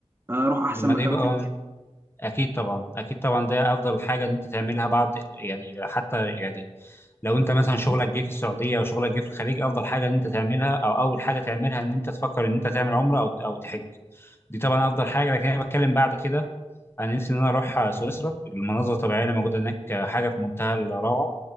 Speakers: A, on the right; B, on the left.
A: آه، اروح احسن
B: ما
A: مكان
B: ده يبقى
A: في الدنيا
B: اكيد طبعا اكيد طبعا ده افضل حاجه ان انت تعملها بعد يعني حتى يعني لو انت مثلا شغلك جه في السعوديه او شغلك جه في الخليج افضل حاجه ان انت تعملها او اول حاجه تعملها ان انت تفكر ان انت تعمل عمره او او تحج دي طبعا افضل حاجه لكن انا بتكلم بعد كده انا نفسي ان انا اروح سويسرا المناظر الطبيعيه اللي موجوده هناك حاجه في منتهى الروعه